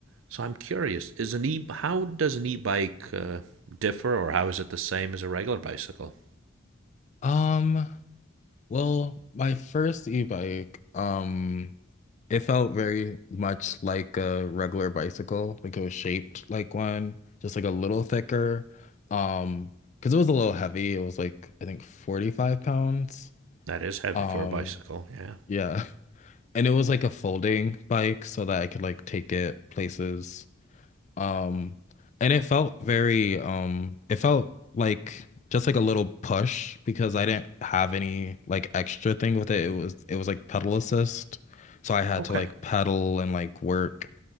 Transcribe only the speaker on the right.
So I'm curious: is an e how does an e-bike uh, differ, or how is it the same as a regular bicycle?
That is heavy
for a bicycle. Yeah.
Okay.